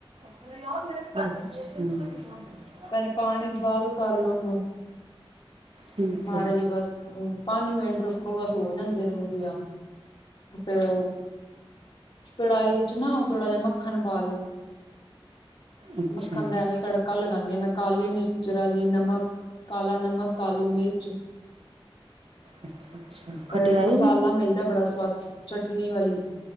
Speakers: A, on the right; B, on the left.
A: ਅੱ <unintelligible>
B: ਪਹਿਲੇ ਪਾਣੀ ਚ, ਬੋਇਲ ਕਰਲੋ ਉਹਨੂੰ,
A: ਠੀਕ
B: ਮਾੜੇ
A: ਹੈ
B: ਜਿ ਬਸ ਹੂੰ। ਪੰਜ ਮਿੰਟ ਰੱਖੋ। ਬਸ ਹੋ ਜਾਂਦੇ ਨੇ, ਵਧੀਆ, ਫੇਰ ਉਹ। ਕੜਾਹੀ ਵਿੱਚ ਨਾ, ਉਹ ਥੋੜਾ ਜਿਹਾ, ਮੱਖਣ ਪਾ ਲੋੋ।
A: ਅੱਛਾ
B: ਮੱਖਣ ਦਾ, ਐਵੇਂ ਤੜਕਾ ਲੱਗਾ। ਬਣਾਉਣ ਦੀ ਹਾਂ, ਮੈਂ। ਕਾਲੀ ਮਿਰਚ ਜਰਾ ਜੀ, ਨਮਕ, ਕਾਲਾ ਨਮਕ, ਕਾਲੀ ਮਿਰਚ।
A: ਅੱਛਾ। ਅੱਛਾ। ਖਟਿਆਈ
B: ਹੋਰ ਇੱਕ ਮਸਾਲਾ
A: ਵੀ
B: ਮਿਲਦਾ ਬੜਾ ਸੁਵਾਦ ਚਟਨੀ ਵਾਲੀ